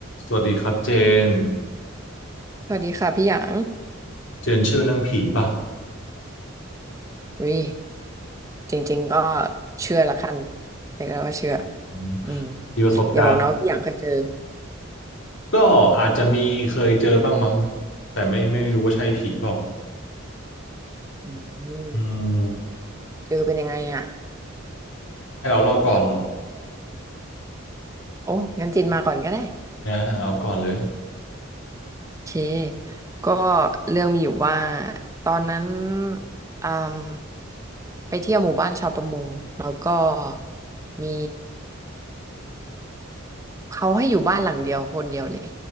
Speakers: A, on the left; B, on the right.
A: สวัสดีครับเจน
B: สวัสดีค่ะพี่หยาง
A: เจนเชื่อเรื่องผีป่ะ
B: วิจริงๆก็เชื่อละกันเรียกได้ว่าเชื่อ
A: อืม
B: อืม
A: มีประสบการณ์
B: อย่าบอกนะว่าพี่หยางเคยเจอ
A: ก็อาจจะมีเคยเจอบ้างมั้งแต่ไม่ไม่รู้ว่าใช่ผีเปล่า
B: อืม
A: อืม
B: เจอเป็นยังไงอ่ะ
A: ให้เราเล่าก่อนเหรอ
B: โอ้งั้นจินมาก่อนก็ได้
A: นะเอาก่อนเลย
B: โอเค ก็เรื่องมีอยู่ว่าตอนนั้นอืมไปเที่ยวหมู่บ้านชาวประมงแล้วก็มีเขาให้อยู่บ้านหลังเดียวคนเดียวเลย